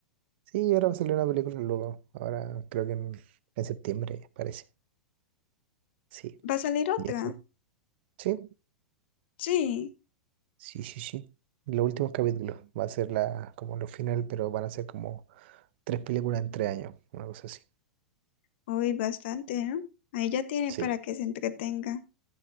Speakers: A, on the right; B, on the left.
A: Sí, ahora va a salir una película luego. Ahora creo que en, en septiembre, parece. Sí.
B: ¿Va a salir otra?
A: Y eso. Sí,
B: Sí.
A: sí, sí, sí. Los últimos capítulos. Va a ser la, como lo final, pero van a ser como tres películas en tres años. Una cosa así.
B: Uy, bastante, ¿no? Ahí ya tiene
A: Sí,
B: para que se entretenga.